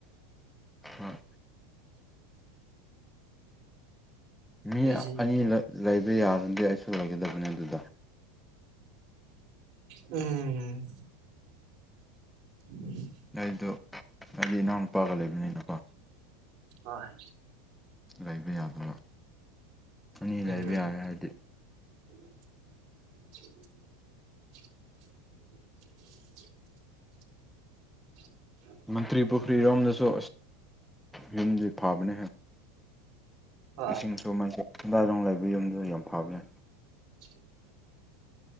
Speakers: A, in the centre; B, on the right.
A: ꯍꯣꯏ ꯃꯤ
B: ꯔꯤꯖꯅꯦꯕꯜ
A: ꯑꯅꯤ ꯂꯩꯕ ꯌꯥꯔꯗꯤ ꯑꯩꯁꯨ ꯂꯩꯒꯗꯕꯅꯦ ꯑꯗꯨꯗ
B: ꯎꯝ ꯎꯝ
A: ꯑꯩꯗꯣ ꯑꯩꯗꯤ ꯏꯅꯥꯎ ꯅꯨꯨꯄꯥꯒ ꯂꯩꯕꯅꯤꯅꯀꯣ
B: ꯍꯣꯏ
A: ꯂꯩꯕ ꯌꯥꯗꯣꯏꯔꯥ ꯑꯅꯤ
B: ꯎꯝ
A: ꯂꯩꯕ ꯌꯥꯔꯦ ꯍꯥꯏꯔꯗꯤ
B: <unintelligible> <unintelligible> ꯎ
A: ꯃꯟꯇ꯭ꯔꯤ ꯄꯣꯈ꯭ꯔꯤ ꯔꯣꯝꯗꯁꯨ ꯌꯨꯝꯁꯦ ꯐꯕꯅꯦ
B: ꯍꯣꯏ
A: ꯏꯁꯤꯡꯁꯨ ꯃꯥꯏ ꯍꯦꯟꯗꯥꯏꯔꯣꯡ ꯂꯩꯕ ꯌꯨꯝꯗꯨ ꯌꯥꯝ ꯐꯕꯅꯦ
B: <unintelligible> <inaudible>